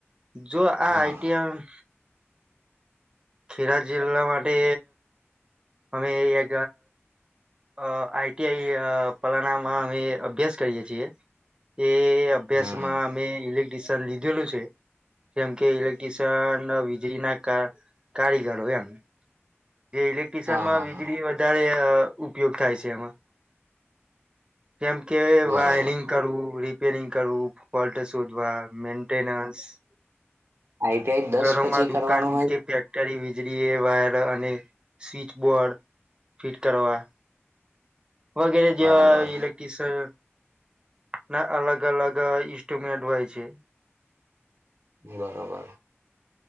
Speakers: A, on the right; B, on the right.
A: જો આ આઈટીઆઈ
B: હા
A: ખેડા જિલ્લા માટે અમે એ અ આઈટીઆઈ પલાનામાં અમે અભ્યાસ કરીયએ છીએ એ અભ્યાસ
B: હમ
A: માં અમે ઇલેક્ટ્ર્રીશયન લીધેલું છે. જેમ કે ઇલેક્ટ્રિશિયન વીજળી ના કારીગરો એમ. જે ઇલેક્ટ્ર્રીશયનમાં
B: હા હા
A: વીજળી
B: હા
A: વધારે ઉપયોગ થાય છે એમાં. જેમ કે
B: બરોબર
A: વાયરિંગ કરવું રિપેરિંગ કરવું ફોલ્ટ શોધવા મેન્ટેનન્સ
B: આઈટીઆઈ દસ
A: ઘરોમાં
B: પછી
A: દુકાન
B: કરવાનું હોય
A: કે
B: છે?
A: વીજળી એ વાયર અને સ્વચ બોર્ડ ફિટ કરવા. વગેરે
B: બરોબર
A: જેવા લેક્ટ્રિસિયન ના અલગ અલગ ઇન્સ્ટ્રુમેન્ટ હોય છે
B: બરાબર.